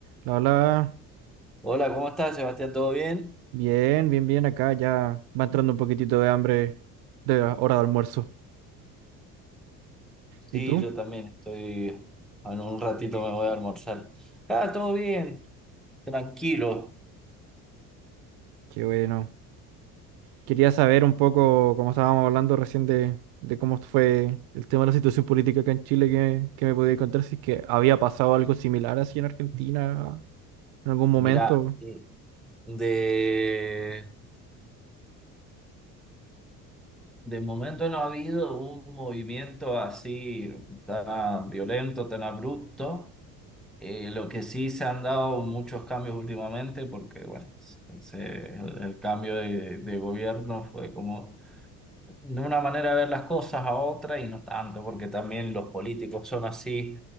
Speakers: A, on the right (about 50°); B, in the centre.
A: La hola,
B: Hola, ¿cómo estás, Sebastián? ¿Todo bien?
A: bien, bien, bien acá, ya va entrando un poquitito de hambre de la hora de almuerzo.
B: Sí,
A: ¿Y tú?
B: yo también estoy. En un ratito me voy a almorzar. Ah, todo bien, tranquilo.
A: Qué bueno. Quería saber un poco, como estábamos hablando recién de, de cómo fue el tema de la situación política acá en Chile, que, que me podía contar si es que había pasado algo similar así en Argentina en algún momento.
B: Mirá, eh, de, de momento no ha habido un movimiento así tan violento, tan abrupto. Eh, lo que sí se han dado muchos cambios últimamente, porque bueno, se- se- el, cambio de de gobierno fue como de una manera de ver las cosas a otra y no tanto, porque también los políticos son así,